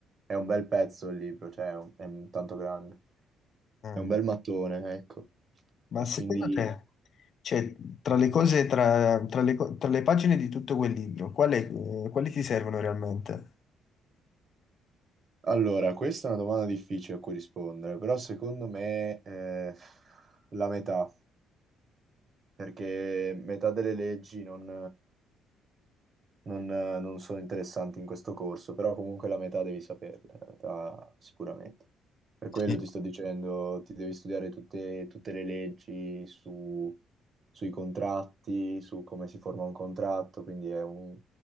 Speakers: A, on the right; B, on the left.
A: è un bel pezzo il libro, cioè è, un- è un tanto grande,
B: Mm.
A: è un bel mattone, ecco.
B: Ma
A: E
B: secondo
A: quindi,
B: te, cioè, tra le cose, tra, tra le, co- tra le pagine di tutto quel libro, quale- eh, quali ti servono realmente?
A: allora, questa è una domanda difficile a cui rispondere, però secondo me eh, la metà, perché metà delle leggi non... non, eh, non sono interessanti in questo corso, però comunque la metà devi saperle, la metà sicuramente. Per quello
B: Sì.
A: ti sto dicendo, ti devi studiare tutte, tutte le leggi su- sui contratti, su come si forma un contratto, quindi è un,